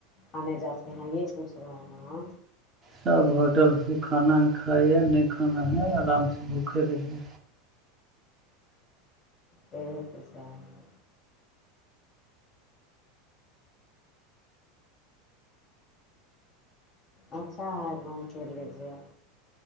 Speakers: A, on the left (about 30°); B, on the right (about 25°).
A: آنے جاتے ہیں یہ پوچھ رہے ہیں
B: سب ہوٹل سے کھانا ہے کھائے نہیں کھانا ہے آرام سے بھوکے رہیے
A: بہت پیسہ ہے اچھا ہے گھوم پھر لیجیے